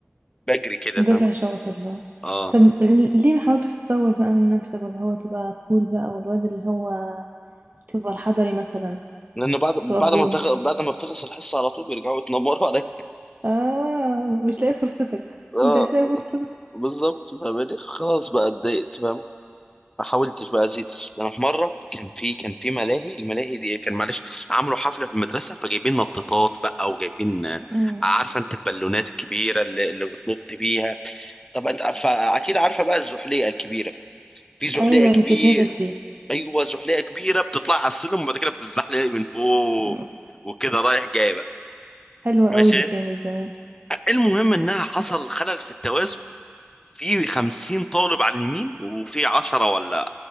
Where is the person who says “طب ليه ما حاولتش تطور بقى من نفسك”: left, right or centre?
Right